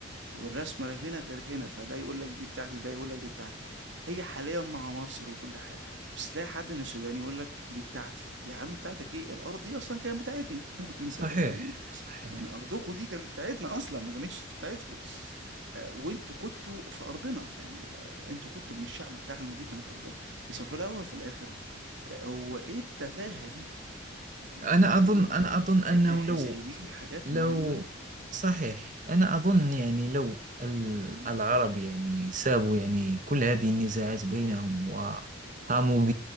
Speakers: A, on the right; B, on the right.
A: والرسمة هنا غير هنا فده يقول لك دي بتاعتي وده يقول لك دي بتاعتي هي حاليا مع مصر وكل حاجة بس تلاقي حد من السودان يقول لك دي بتاعتي يا عم بتاعتك ايه الأرض دي أصلا كانت بتاعتنا <laughs> أنت
B: صحيح
A: فاهمني
B: صحيح
A: يعني أرضكوا دي كانت بتاعتنا أصلا ما كانتش بتاعتكوا آه، وأنتوا كنتوا في أرضنا يعني آه، أنتوا كنتوا من الشعب بتاعنا دي كانت أرضنا بس في الأول في الآخر آه، هو ايه التفاهة دي يعني
B: أنا أظن أنا أظن أنه
A: آه، إحنا
B: لو
A: سايبين حاجات
B: لو
A: مهمة
B: صحيح أنا أظن يعني لو ال-
A: مم.
B: العرب يعني سابوا يعني كل هذه النزاعات بينهم وقاموا